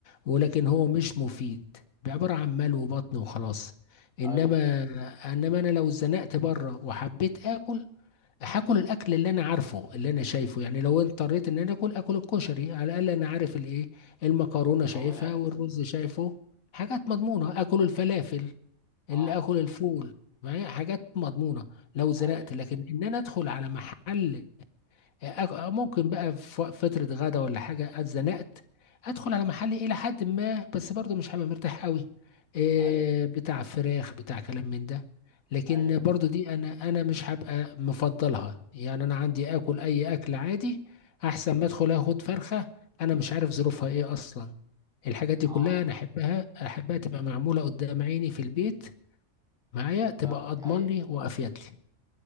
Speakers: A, on the left (about 85°); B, in the centre.
A: ولكن هو مش مفيد عباره عن مال وبطن وخلاص انما
B: ايوه
A: انما انا لو اتزنقت بره وحبيت اكل هاكل الاكل اللي انا عارفه اللي انا شايفه يعني لو اضطريت ان انا اكل اكل الكشري على الاقل انا عارف الايه المكرونه
B: المكونات
A: شايفها والرز شايفه حاجات مضمونه اكل الفلافل
B: اه
A: اللي اكل الفول معايا حاجات مضمونه لو زنقت
B: ايوه
A: لكن ان انا ادخل على محل يعني أك- آه، ممكن بقى في وق- فترة غدا ولا حاجة اتزنقت ادخل على محل الى حد ما بس برضه مش هبقى مرتاح قوي إيه
B: ايوه
A: بتاع فراخ بتاع كلام من ده لكن
B: ايوه
A: برضه دي انا انا مش هبقى مفضلها يعني انا عندي اكل اي اكل عادي احسن ما ادخل اخد فرخة انا مش عارف ظروفها ايه اصلا الحاجات دي
B: اه
A: كلها انا احبها احبها تبقى معمولة قدام عيني في البيت معايا تبقى
B: فاهمك
A: اضمن
B: ايوه
A: لي وافيد لي